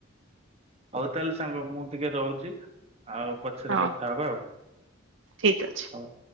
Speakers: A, on the right; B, on the right.
A: ହୋଉ ତାହେଲେ ସାଙ୍ଗ ମୁଁ ଟିକେ ରହୁଚି। ଆଉ ପଛରେ
B: ହଁ
A: କଥା ହବା ଆଉ ହୋଉ।
B: ଠିକ ଅଛି।